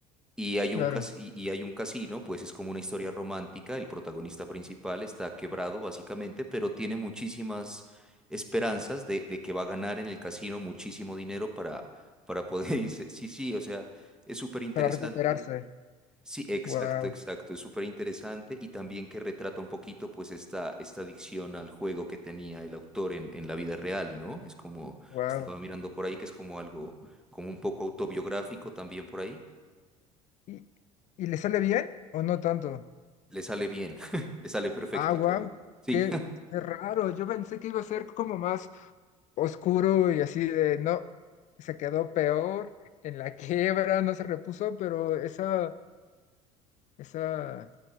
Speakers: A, in the centre; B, on the left.
A: Y hay
B: claro.
A: un cas- y, y hay un casino, pues es como una historia romántica. El protagonista principal está quebrado, básicamente, pero tiene muchísimas esperanzas
B: y-
A: de, de que va a ganar en el casino muchísimo dinero para, para poder <laughs> irse. Sí, sí, o sea, es súper interesante.
B: para recuperarse.
A: Sí, exacto,
B: Wow,
A: exacto. Es súper interesante y también que retrata un poquito pues esta, esta adicción al juego que tenía el autor en, en la vida real, ¿no? Es como,
B: wow.
A: estaba mirando por ahí que es como algo, como un poco autobiográfico también por ahí.
B: ¿Y, y le sale bien o no tanto?
A: Le sale bien, <laughs> le sale perfecto
B: Ah, wow,
A: todo. Sí.
B: qué,
A: <laughs>
B: qué raro. Yo pensé que iba a ser como más oscuro y así de no, se quedó peor, en la <laughs> quiebra, no se repuso, pero esa, esa